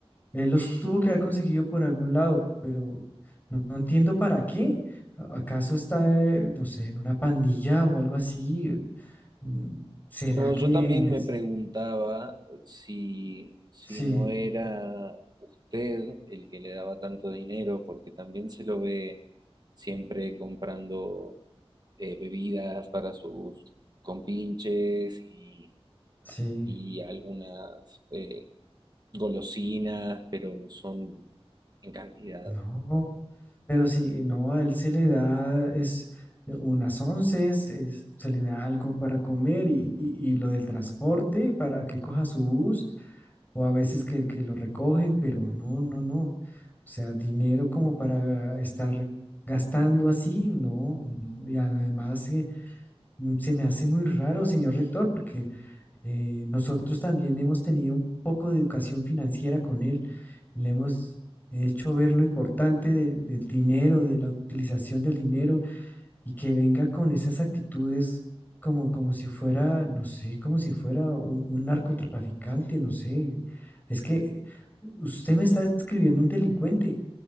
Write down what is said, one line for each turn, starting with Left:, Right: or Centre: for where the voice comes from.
Left: Él los tuvo que haber conseguido por algún lado, pero no, no entiendo para qué. ¿A- ¿Acaso está, eh, no sé, en una pandilla o algo así? Mm, ¿Será
Right: Bueno,
Left: que
Right: yo también
Left: en vez...
Right: me preguntaba si, si
Left: Sí,
Right: no era usted el que le daba tanto dinero, porque también se lo ve siempre comprando eh, bebidas para sus compinches y,
Left: sí,
Right: y algunas eh, golosinas, pero son en cantidad.
Left: no. Pero sí, eh, no, a él se le da, es eh, unas onces, es- se le da algo para comer y, y- y lo del transporte para que coja su bus o a veces que, que lo recogen, pero no, no, no. O sea, dinero como para estar gastando así, no, no. Y además que mm, se me hace muy raro, señor rector, porque eh, nosotros también hemos tenido un poco de educación financiera con él. Le hemos hecho ver lo importante de- del dinero, de la utilización del dinero y que venga con esas actitudes como, como si fuera, no sé, como si fuera un, un narcotraficante, no sé. Es que usted me está describiendo un delincuente.